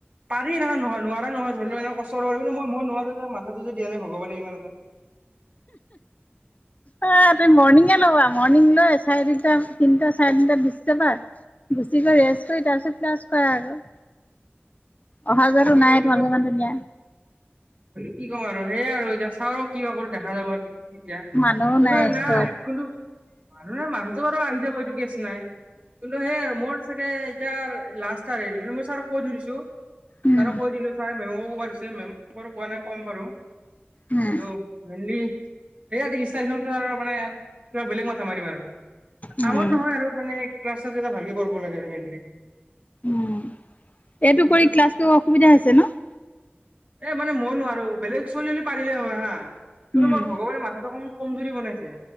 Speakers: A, on the right (about 35°); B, on the left (about 35°).
A: পাৰি না নহয় নোৱাৰা নহয় ধৰি লওঁ এনেক কষ্ট কিন্ত মই নোৱাৰো দেই মা কটো যে দিয়া নাই ভগৱানে ইমান এটা
B: ও হো অ তুমি মৰ্নিং এ লবা মৰ্নিং লৈ চাৰে তিন টা তিনিটা চাৰে তিনিটাত গুছি যাবা গুছি গৈ ৰেষ্ট কৰি তাৰ পিছত ক্লাছ কৰা আৰু অহা যোৱাটো
A: এই হয়
B: নাই
A: কিন্তু
B: তোমালোকে মানুহে নিয়া
A: কি ক'ম আৰু সেইয়াই আৰু এতিয়া চাওঁ আৰু কিবা কৰো দেখা যাব এতিয়া
B: মানুহো
A: কোনো নাই
B: ষ্টপ
A: কিন্তু মানুহ জন বাৰু আহি যাব এইটোক নাই বোলো সেই আৰু মোৰ চাগে, এতিয়া আৰ লাষ্ট আৰ মানে মই ছাৰক কৈ থৈ দিছোঁ,
B: উম।
A: ছাৰক কৈ দিলো ছাৰে- মেমো কোৱাদ হৈছে মেম, বাৰু কোৱা নাই ক'ম বাৰু,
B: উম
A: হলেওঁ মেইনলী, সেয়া ত্ৰিশ -তাৰিখৰ পিছত আৰু মানে কিবা বেলেগ মাথা মাৰিম আৰু, কামত
B: উম
A: নহয় আৰু মানে, ক্লাচ - চাচ এতিয়া ভালকে কৰিব লাগে আৰু মেইনলি।
B: উম এইটো
A: সেইটো
B: কৰি ক্লাছটো অসুবিধা হৈছে ন',?
A: এ', মানে মই নোৱাৰো বেলেগ ছোৱালী পাৰিলেই হয় হা', কিন্তু
B: উম
A: মোৰ ভগৱানে মাথাটো কম- কমজুৰি বনাইছে।